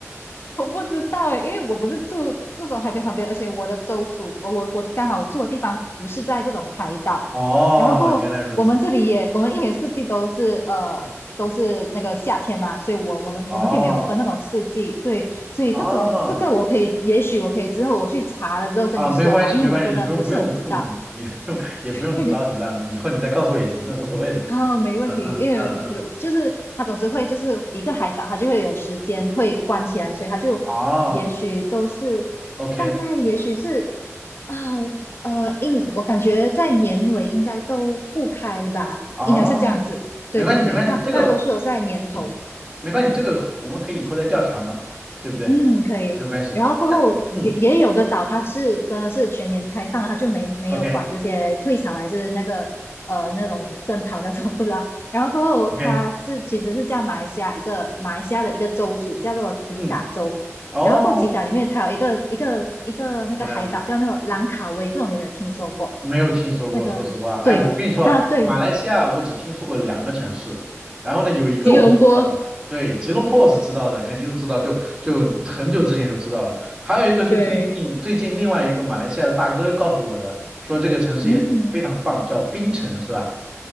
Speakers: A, on the left; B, on the right.
A: <laughs> 我不知道诶，因为我不是住这种海边旁边，而且我的州属，我我我刚好住的地方不是在这种海岛，
B: 哦，
A: 然后过后我们这里也，
B: 原来如此。
A: 我们一年四季都是呃都是那个夏天嘛，所以我我们我们这里没有分那种四季，
B: 哦
A: 对，所以这种这个我可以，
B: 哦
A: 也许我可以之后我去查了之后跟你说吧，
B: 啊，没关系没关系，
A: 因为我真的不是很知道。
B: 不用不用，不用也不用也不用很着急了，
A: <laughs>
B: 以后你再告诉我也行的，无所谓的。
A: 啊、没问题，
B: 嗯嗯嗯嗯，
A: 因为就是他总是会就是一个海岛，他就会有时间会关起来，所以他就也许都是大概也许是
B: 哦，OK，
A: 啊呃，应我感觉在年尾应该都不开吧，
B: 哦，
A: 应该是这样子。对对对，
B: 没关系没关系，
A: 大大多数都是在年头。
B: 这个。嗯，没关系，这个我们可以以后再调查嘛，对不对？
A: 嗯，可以。
B: 没有关系。
A: 然后过后也也有的岛，
B: 那嗯
A: 它是真的是全年开放，它就没没有管这些退潮还是那个呃那种深潮那种不知道
B: ，OK
A: <laughs>。然后过后它是其实是叫马来西亚一个马来西亚的一个州属，
B: OK，
A: 叫做吉打州。
B: 嗯，哦，
A: 然后过后吉打里面它有一个一个一个那个海岛叫那个兰卡威，
B: 原来如此，
A: 不知道你有没有听说过？
B: 没有听说过，
A: 那个对，
B: 说实话。哎，我跟你说啊，
A: 它对
B: 马来西亚我只听说过两个城市，然后呢，有一个我是知道的，
A: 吉隆坡
B: 对，吉隆坡我是知道的，肯定是知道，就就很久之前就知道了。还有一个是最近最近另外一个马来西亚的大哥告诉我的，
A: 对，
B: 说这个城市也非常棒，
A: 嗯，
B: 叫槟城，是吧？